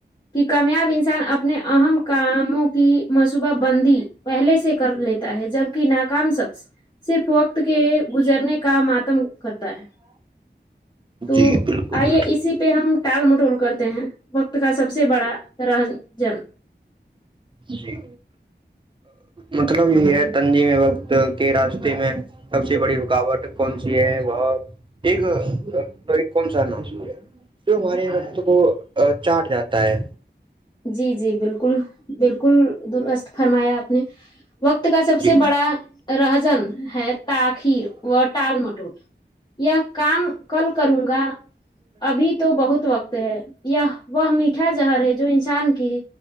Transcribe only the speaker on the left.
کہ کامیاب انسان اپب اپنے اہم کاموں کی منصوبہ بندی پہلے سے کر لیتا ہے جبک ناکام شخص صرف وقت کے گزرنے کا ماتم کرتا ہے تو
آئیے
اسی پہ ہم ٹال مٹول کرتے ہیں وقت کا سب سے بڑا رہ جل
جی جی بالکل بالکل دست فرمایا آپ نے وقت کا سب
سے بڑا رہزن ہے کاخیر و ال مٹول <inaudible> کام کل کروں گا ابھی تو بہت وقت ہے وہ میھا جہر ہے جو ان چان کی